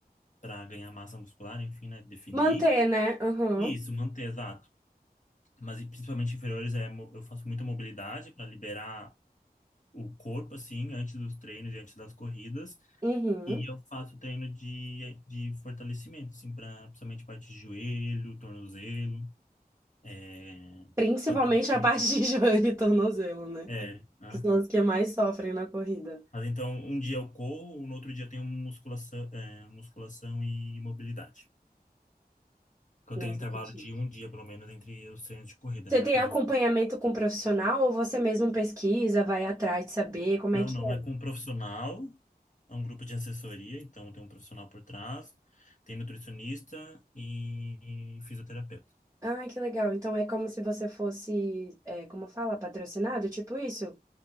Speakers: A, on the left; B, on the right.
A: pra ganhar massa muscular, enfim, né? Definir.
B: Manter, né? Uhum.
A: Isso, manter, exato. Mas e principalmente inferiores é, mo- eu faço muita mobilidade para liberar o corpo, assim, antes dos treinos e antes das corridas.
B: Uhum.
A: E eu faço treino de, de fortalecimento, assim, pra, principalmente parte de joelho, tornozelo, é,
B: Principalmente
A: panturrilha.
B: a parte de <laughs> joelho e tornozelo, né?
A: É, aham.
B: Que são as que mais sofrem na corrida.
A: Mas então, um dia eu corro, no outro dia eu tenho musculação, é, musculação e mobilidade. Que eu
B: Nossa,
A: tenho intervalo
B: que chique.
A: de um dia, pelo menos, entre os treinos de corrida,
B: Você
A: né?
B: tem
A: Como
B: acompanhamento
A: eu-
B: com profissional ou você mesmo pesquisa, vai atrás de saber como
A: Não,
B: é que
A: não,
B: é?
A: é com um profissional, é um grupo de assessoria, então tem um profissional por trás, tem nutricionista e fisioterapeuta.
B: Ah, que legal. Então é como se você fosse, é, como fala, patrocinado, tipo isso?